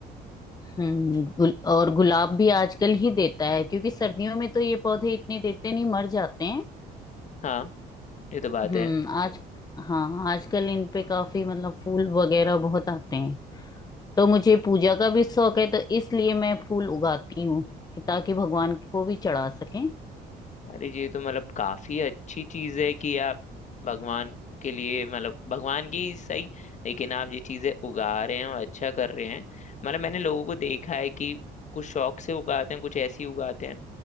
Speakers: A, on the left (about 25°); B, on the left (about 45°).
A: हम्म गुल, और गुलाब भी आजकल ही देता है क्योंकि सर्दियों में तो ये पौधे इतने देते नहीं मर जाते हैं
B: हाँ ये तो बात
A: हम्म
B: है
A: आज हाँ आजकल इन पे काफी मतलब फूल वगैरह बहुत आते हैं तो मुझे पूजा का भी शौक है तो इसलिए मैं फूल उगाती हूँ कि ताकि भगवान को भी चढ़ा सकें
B: अरे ये तो मतलब काफी अच्छी चीज है कि आप भगवान के लिए मतलब भगवान की सही लेकिन आप ये चीजें उगा रहे हैं और अच्छा कर रहे हैं मतलब मैंने लोगों को देखा है कि कुछ शौक से उगाते हैं कुछ ऐसे ही उगाते हैं